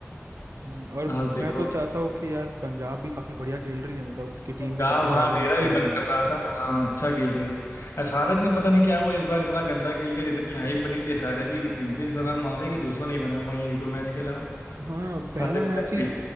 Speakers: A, on the right; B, on the left.
A: हम्म, और
B: हाँ देखो
A: मैं तो चाहता हूँ कि यार पंजाब भी काफी बढ़िया खेल रही है मतलब उनकी टीम
B: पंजाब
A: भी काफी
B: हाँ
A: बैलेंस
B: मेरा भी
A: टीम
B: मन
A: है
B: कर रहा था हाँ अच्छा खेल रही है एसआरएच ने पता नहीं क्या हुआ इस बार इतना गंदा खेल के इतनी हाइप बनी थी एसआरएच की कि तीन तीन सौ रन मारे कि दो सौ नहीं बना पाए एक दो मैच के अलावा
A: हाँ पहला
B: सारे
A: मैच
B: मैच
A: ही
B: भी